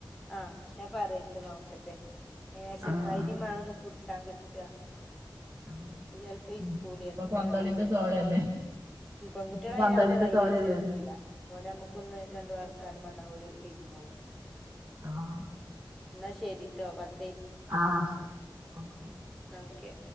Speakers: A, in the centre; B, on the right.
A: ആഹ് ഞാൻ പറ്യണ്ട്. നോക്കട്ടെ അയിന് ചങ്ങായിനിം
B: ആഹ് ആഹ്
A: മാണൊന്ന് പുട് ച്ചൻ കിട്ട.
B: ആഹ്
A: ചിലപ്പോ ഇരിക്കൂലേ
B: ഉം ഇപ്പൊ
A: അതൊക്കെയുള്ള
B: പന്തളിന്റെ
A: പ്രശ്നം.
B: ചോലല്ലേ
A: പെൺകുട്ട്യാളായ
B: ഇപ്പൊ പന്തളിന്റെ
A: ഞമ്മക്ക് ധൈര്യായിട്ട്
B: ചോലല്ലേ
A: ചേർത്തിടാ
B: പറയാ
A: ഓലെഞമ്മക്കൊന്ന് രണ്ടു വർത്താനം പർഞ്ഞാ ഓല് ഇര്ന്നോളും
B: ആഹ്
A: ന്നാ ശരിട്ടോ കട്
B: ആഹ് ഓ ക്കെ
A: ഓക്കെ